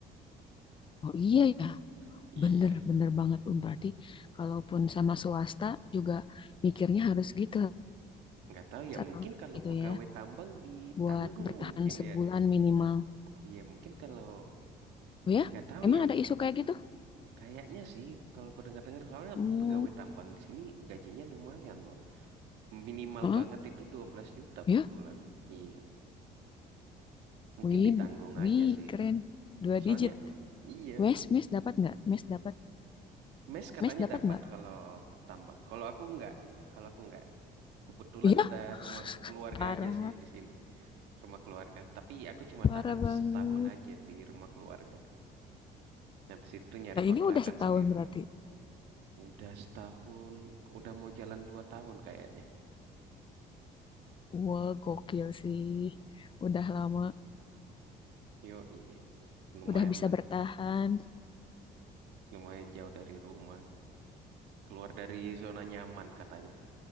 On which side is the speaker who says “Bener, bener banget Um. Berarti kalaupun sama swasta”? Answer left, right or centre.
Left